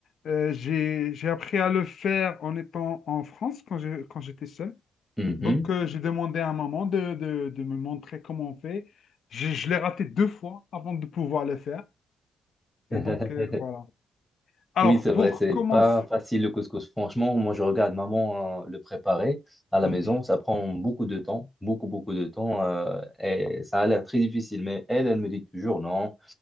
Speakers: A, on the left (about 65°); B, in the centre.
A: euh, j'ai, j'ai appris à le faire en étant en France quand j'ai- quand j'étais seul.
B: Mhm.
A: Donc, euh, j'ai demandé à maman de, de- de me montrer comment on fait. Je, je l'ai raté deux fois avant de pouvoir le faire.
B: <laughs>
A: Et donc, euh, voilà. Alors,
B: Oui, c'est
A: pour
B: vrai, c'est
A: commencer.
B: pas facile le couscous. Franchement, moi je regarde maman euh, le préparer à la
A: Oui.
B: maison, ça prend beaucoup de temps, beaucoup beaucoup de temps euh, et ça a l'air très difficile. Mais elle, elle me dit toujours non,